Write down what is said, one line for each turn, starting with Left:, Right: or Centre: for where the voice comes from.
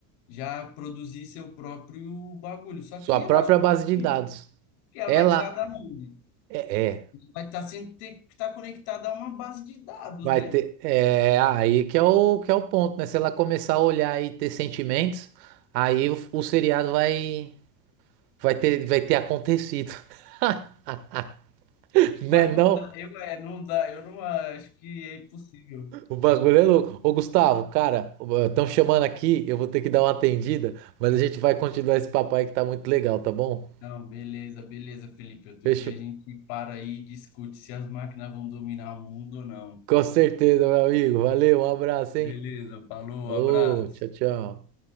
Left: já produzir seu próprio bagulho. Só
Right: sua
Left: que
Right: própria
Left: eu acho muito
Right: base
Left: difícil,
Right: de dados.
Left: porque ela
Right: Ela
Left: vai tirar da onde?
Right: é, é,
Left: Vai estar sempre ter que estar conectada a uma base de dados,
Right: vai
Left: né?
Right: ter. É é aí que é o, que é o ponto, né? Se ela começar a olhar e ter sentimentos, aí o, o seriado vai, vai ter, vai ter acontecido. <laughs> Né,
Left: Mas
Right: não?
Left: não dá, eu é, não dá, eu não acho que é impossível.
Right: O bagulho é louco. Ô, Gustavo, cara, estão chamando aqui, eu vou ter que dar uma atendida, mas a gente vai continuar esse papo aí que tá muito legal, tá bom?
Left: Não, beleza, beleza, Felipe. Outro
Right: Fechou.
Left: dia a gente para aí e discute se as máquinas vão dominar o mundo ou não.
Right: Com certeza, meu amigo. Valeu, um abraço,
Left: Beleza,
Right: hein?
Left: falou,
Right: Falou,
Left: abraço.
Right: tchau, tchau.